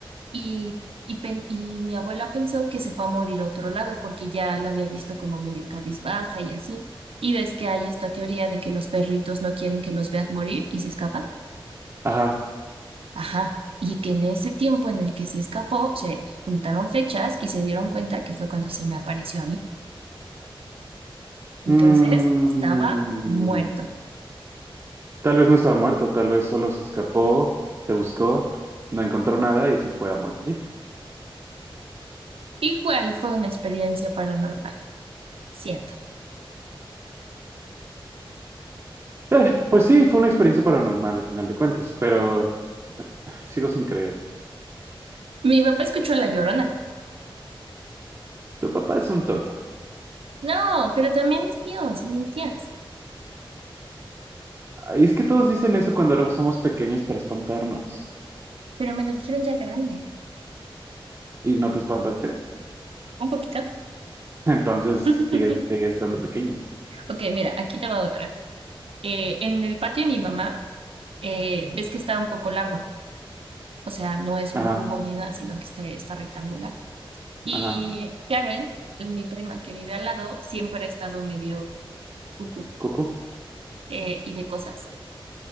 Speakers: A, on the right (about 85°); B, on the right (about 30°).
A: Y, y, pen- y mi abuela pensó que se fue a morir a otro lado porque ya la había visto como medio cabizbaja y así. Y ves que hay esta teoría de que los perritos no quieren que los veas morir y se escapan.
B: Ajá.
A: Ajá. Y que en ese tiempo en el que se escapó, se juntaron fechas y se dieron cuenta que fue cuando se me apareció a mí. Entonces
B: Mm,
A: estaba muerto.
B: tal vez no estaba muerto, tal vez solo se escapó, te buscó, no encontró nada y se fue a morir.
A: Igual fue una experiencia paranormal, siento.
B: Eh, pues sí, fue una experiencia paranormal al final de cuentas, pero sigo sin creer.
A: Mi papá escuchó a La Llorona.
B: Tu papá es un tonto.
A: No, pero también mis tíos y mis tías.
B: Ay, Es que todos dicen eso cuando éramos- somos pequeños para espantarnos.
A: Pero me lo dijeron ya grande.
B: ¿Y no te espantaste?
A: Un poquito.
B: <laughs> Entonces
A: <laughs>
B: sigues, sigues estando pequeña.
A: Ok, mira, aquí te va otra. Eh, en el patio de mi mamá, eh, ves que está un poco largo, o sea, no es
B: Ajá,
A: un cubo ni nada, sino que este está rectangular. Y
B: ajá.
A: Karen, mi prima que vive al lado, siempre ha estado medio cucú
B: Cucu.
A: eh, y ve cosas.